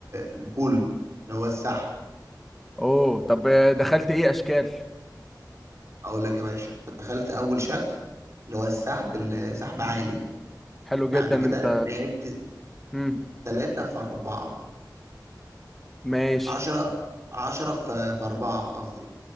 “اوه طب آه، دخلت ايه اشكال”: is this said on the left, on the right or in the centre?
Centre